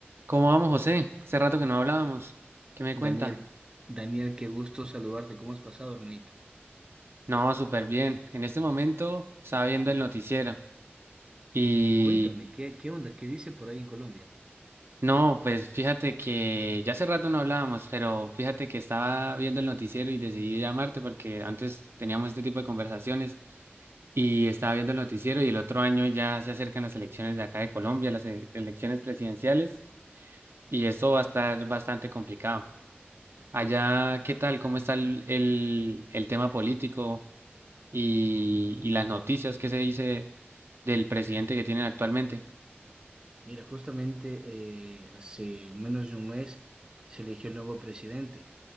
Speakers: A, on the right (about 80°); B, on the right (about 25°).
A: ¿Cómo vamos, José? Hace rato que no hablábamos. ¿Qué me
B: Daniel,
A: cuenta?
B: Daniel, qué gusto saludarte. ¿Cómo has pasado, hermanito?
A: No, súper bien. En este momento estaba viendo el noticiero y
B: Y cuéntame, ¿qué, qué onda? ¿Qué dice por ahí en Colombia?
A: no, pues fíjate que ya hace rato no hablábamos, pero fíjate que estaba viendo el noticiero y decidí llamarte porque antes teníamos este tipo de conversaciones y estaba viendo el noticiero y el otro año ya se acercan las elecciones de acá de Colombia, las e- elecciones presidenciales y esto va a estar bastante complicado. Allá, ¿qué tal? ¿Cómo está el, el, el tema político? y, y las noticias que se dice del presidente que tienen actualmente.
B: Mira, justamente eh, hace menos de un mes se eligió el nuevo presidente,